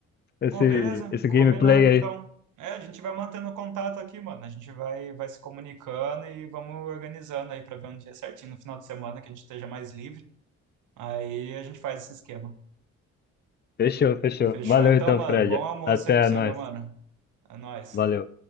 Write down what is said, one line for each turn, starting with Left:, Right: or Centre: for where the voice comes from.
Left: esse,
Right: Pô, beleza?
Left: esse
Right: Combinado,
Left: gameplay aí.
Right: então. É, a gente vai mantendo contato aqui, mano. A gente vai, vai se comunicando e vamos organizando aí pra ver um dia certinho no final de semana que a gente esteja mais livre. Aí a gente faz esse esquema.
Left: Fechou, fechou.
Right: Fechou
Left: Valeu
Right: então,
Left: então,
Right: mano?
Left: Fred.
Right: Bom almoço
Left: Até
Right: aí pra você,
Left: nós.
Right: meu mano. É nóis.
Left: Valeu.